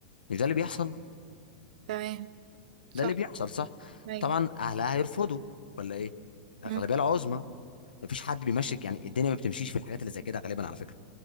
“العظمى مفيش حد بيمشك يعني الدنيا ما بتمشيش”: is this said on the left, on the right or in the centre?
Left